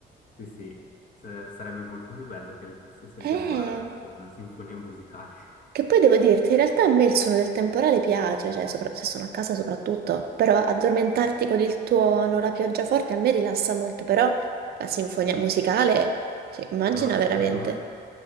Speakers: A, on the left (about 40°); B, on the right (about 50°).
A: sì, sì. S- sarebbe molto più bello che il- se se il
B: Eh...
A: temporale fosse una sinfonia musicale. <laughs>
B: Che poi devo dirti, in realtà a me il suono del temporale piace, cioè sopra- se sono a casa soprattutto, però addormentarti con il tuono, la pioggia forte a me rilassa molto, però la sinfonia musicale, cioè, immagina
A: Allora, secondo
B: veramente.
A: me